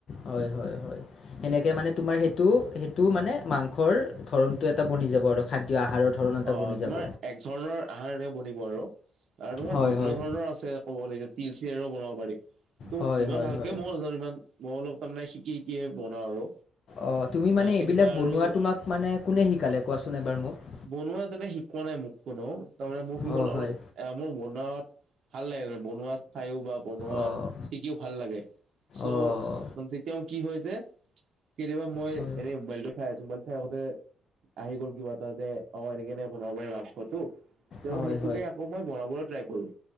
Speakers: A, on the left (about 55°); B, on the right (about 60°).
A: হয় হয় হয়। সেনেকে মানে তোমাৰ সেইটো সেইটো মানে মাংসৰ ধৰনটো এটা বনি যাব আৰু খাদ্য আহাৰৰ ধৰণ এটা
B: অ
A: বনি
B: তোমাৰ
A: যাব।
B: এক ধৰণৰ আহাৰ এনেকে বনিব আৰু, আৰু তোমাৰ
A: হয়
B: বিভিন্ন
A: হয়।
B: ধৰণৰ আছে। ক'ব গলে এতিয়া তিলচিলেৰেও বনাব পাৰি। কিন্তু,
A: হয়
B: ইমান
A: হয়
B: ভালকে
A: হয়
B: মইও নাজানো ইমান মই অলপ তাৰমানে শিকি শিকিয়ে বনাওঁ আৰু।
A: অঁ তুমি মানে
B: আহ কেতিয়াবা
A: এইবিলাক বনোৱা,
B: আৰু
A: তোমাক মানে কোনে শিকালে কোৱাচোন এবাৰ মোক।
B: বনোৱা তেনে শিকোৱা নাই মোক কোনেও, তাৰমানে মোৰ কি হ'ল
A: অ'
B: অলপ
A: হয়
B: এ মোৰ বনোৱাত ভাল লাগে মানে বনোৱা চাইয়ো বা বনোৱা
A: অ'
B: শিকিও ভাল লাগে। চ',
A: অ'
B: তেতিয়া মোৰ কি হয় যে কেতিয়াবা মই
A: হয়
B: এনেই মোবাইলটো চাই আছো, মোবাইল চাই থাকোতে আহি গ'ল কিবা এটা যে, অ এনেকে, এনেকে বনাব পাৰি মাংসটো। তেওঁ
A: হয়
B: সেইটোকে
A: হয়
B: আকৌ মই বনাবলৈ ট্ৰাই কৰো,